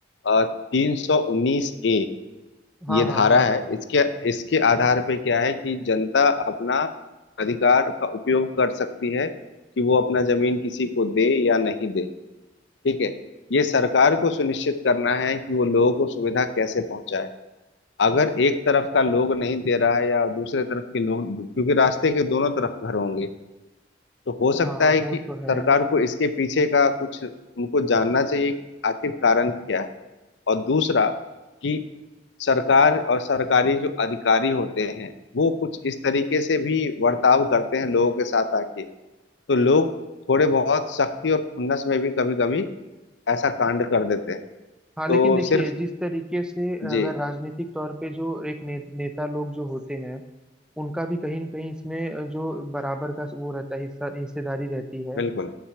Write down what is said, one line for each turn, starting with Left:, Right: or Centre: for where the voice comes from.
Left: तीन सौ उन्नीस ए
Centre: हाँ
Left: ये धारा
Centre: हाँ हाँ
Left: है इसके इसके आधार पे क्या है कि जनता अपना अधिकार का उपयोग कर सकती है कि वो अपना जमीन किसी को दे या नहीं दे ठीक है ये सरकार को सुनिश्चित करना है कि वो लोगों को सुविधा कैसे पहुंचाए अगर एक तरफ का लोग नहीं दे रहा है या दूसरे तरफ के लोग क्योंकि रास्ते के दोनों तरफ घर होंगे तो हो सकता
Centre: हाँ
Left: है
Centre: वो
Left: कि
Centre: तो है
Left: सरकार को इसके पीछे का कुछ उनको जानना चाहिए कि आखिर कारण क्या है और दूसरा कि सरकार और सरकारी जो अधिकारी होते हैं वो कुछ इस तरीके से भी बर्ताव करते हैं लोगों के साथ आके तो लोग थोड़े बहुत सख्ती और खुन्नस में भी कभी कभी ऐसा कांड कर देते हैं
Centre: हाँ लेकिन
Left: तो
Centre: देखिए
Left: सिर्फ
Centre: जिस तरीके से
Left: जी
Centre: अगर राजनीतिक तौर पे जो एक ने, नेता लोग जो होते हैं उनका भी कहीं न कहीं इसमें जो बराबर का वो रहता है हिस्सा हिस्सेदारी रहती है
Left: बिल्कुल